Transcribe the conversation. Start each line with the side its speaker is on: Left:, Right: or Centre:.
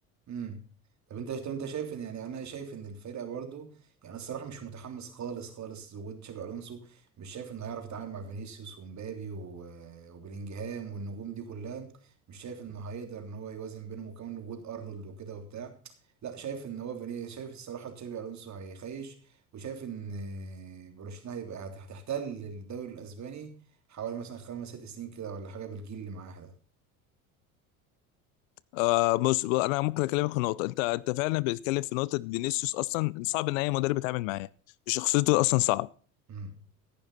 Right: امم طب انت طب انت شايف ان يعني انا شايف ان الفرقه برضو يعني الصراحه مش متحمس خالص خالص وجود تشابي الونسو مش شايف انه هيعرف يتعامل مع فينيسيوس ومبابي و- وبلينجهام والنجوم دي كلها مش شايف انه هيقدر ان هو يوازن بينهم وكمان وجود ارنولد وكده وبتاع لا شايف ان هو فيني شايف الصراحه تشابي الونسو هيخيش وشايف ان برشلونه هيبقى هت- هتحتل الدوري الاسباني حوالي مثلا خمس ست سنين كده ولا حاجه بالجيل اللي معاها ده
Left: آه بص انا ممكن اكلمك في نقطه انت انت فعلا بتتكلم في نقطه فينيسيوس اصلا صعب ان اي مدرب يتعامل معاه شخصيته اصلا صعب
Right: امم.